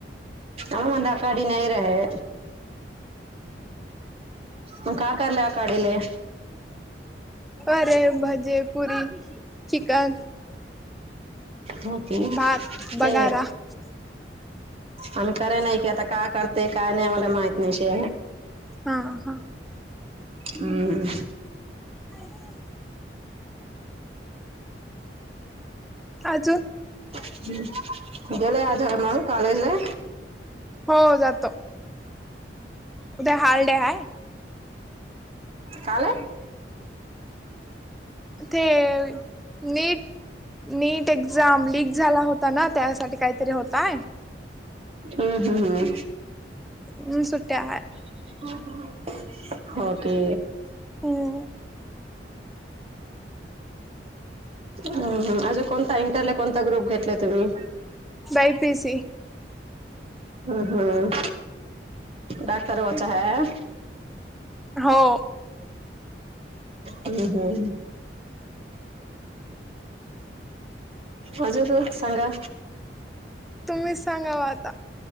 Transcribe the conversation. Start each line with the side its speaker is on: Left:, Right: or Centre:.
Right: आव अंदा आकाडी नाही रहे. म का कारला आकाडीले?
Centre: परे भजे पुरी चिकन.
Right: हो के
Centre: भात बगारा
Right: ते
Centre: हा
Right: आम्ही करे नाही कि आता का करते काय नाही मला माहित नाहीशे.
Centre: हां हां.
Right: हां हां.
Centre: <inaudible> आज
Right: हुं गेला का धम्रा कालेजला?
Centre: हो जातो उद्या हाॅलडे हाय.
Right: काल
Centre: ते नीट नीट एक्झाम लीक झाला होता ना त्यासाठी काहीतरी होताय.
Right: अहां हां
Centre: हुं सुट्या हाय
Right: <inaudible> हो ते
Centre: होय ओं
Right: हं हं अजून कोणता इंटरला कोणता ग्रुप घेतलाय तुम्ही?
Centre: बाय पी सी
Right: अहं डाक्टर वाचा हाय.
Centre: हों.
Right: हुं हुं. <inaudible> अजून काय सांगा?
Centre: तुम्हीच सांगावा आता.